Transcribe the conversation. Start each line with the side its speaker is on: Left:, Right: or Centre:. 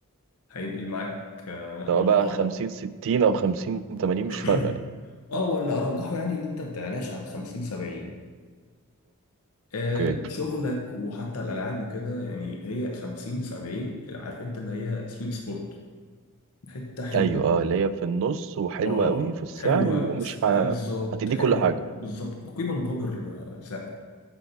Left: هينقل معاك آه، نقله
Right: سواء
Left: محترمه
Right: بقى 50 60 او 50 80 مش
Left: <clears throat>
Right: فارقه يعني
Left: اه ولا ارجحه يعني ان انت ما تعلاش عن 50 70 آم،
Right: اوكي
Left: شغلك وحتى الالعاب وكده يعني هي 50 70 عارف انت اللي هي سويت سبوت حته حلوه
Right: ايوه اه اللي هي في النص وحلوه
Left: اه
Right: قوي في السعر
Left: حلوه
Right: ومش
Left: س- ح-
Right: ه...
Left: بالظبط
Right: هتدي
Left: حلوه
Right: كل حاجه
Left: بالظبط قيمه مقابل آه، سعر